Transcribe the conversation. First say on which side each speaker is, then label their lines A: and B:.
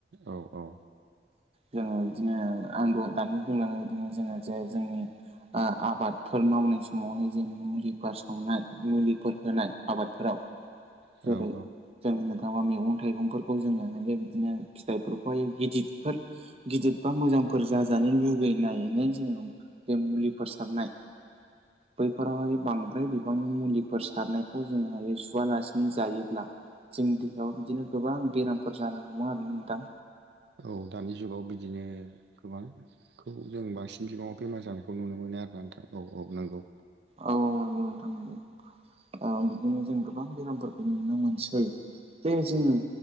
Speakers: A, on the right; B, on the right.
A: औ औ
B: जोङो बिदिनो आं दानि बुंलाङो बिदिनो जोङो जे जोंनि आबादफोर मावनाय समावहाय जों मुलिफोर सावनाय मुलिफोर होनाय आबादफोराव
A: औ
B: जेरै
A: औ
B: जों होननो थाङोबा मैगं थाइगंफोरखौ जोङो बिदिनो फिथाइफोरखौ गिदिरफोर गिदिर बा मोजांफोर जाजानो लुगैनायनो जोङो बे मुलिफोर सारनाय बैफोरावहाय बांद्राय बिबांनि मुलिफोर सारनायखौ जोंहायो सुवालासिनो जायोब्ला जोंनि देहायाव बिदिनो गोबां बेरामफोर जानो हमो आरो नोंथां
A: औ दानि जुगाव बिदिनो गोबांखौ जों बांसिन बिबाङाव बेमार जानायखौ नुनो मोनो आरोना नोंथां औ औ नंगौ।
B: औ औ नंगौ नोंथां नंगौ औ बिदिनो जों गोबां बेरामफोरखौ नुनो मोनसै। दे जोङो